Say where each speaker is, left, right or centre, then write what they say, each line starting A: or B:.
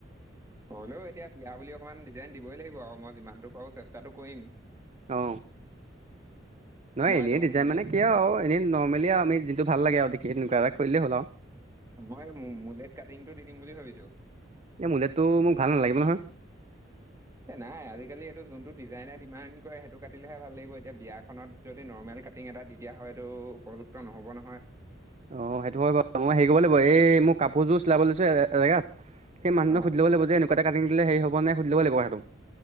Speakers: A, on the right; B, on the right.
A: হলেও এতিয়া বিয়া বুলি অকমান ডিজাইন দিবই লাগিব আৰু মই যিমানটো পাৰো চেষ্টাটো কৰিম
B: অ নহয়
A: মই
B: এনেই
A: এইটো
B: ডিজাইন
A: মোলেট
B: মানে কিয় আও এনেই নৰ্মেলি আৰু আমি যিনটো ভাল লাগে আৰু দেখি তেনেকুৱ এটা কৰি দিলেই হ'ল আও
A: মই মোলেট কাটিং টো দি দিম বুলি ভাবিছো
B: এই মুলেটটো মোক ভাল নালাগিব নহয়
A: এ নাই আজিকালি এইটো যোনটো ডিজাইনে ডিমান কৰে সেইটো কাটিলেহে ভাল লাগিব এতিয়া বিয়াখনত যদি নৰ্মেল কাটিং এটা দি দিয়া হয় এটো উপযুক্ত নহ'ব নহয়।
B: অ সেইটো হয় বাৰু মই হেৰি কৰিব লাগিব এই মোৰ কাপোৰযোৰ চিলাব দিছো এ এজেগাত সেই মানুহজনক
A: অ
B: সুধি লব লাগিব যে এনেকুৱা এটা কাটি দিলে হেই হব নাই সুধি লব লাগিব কথাটো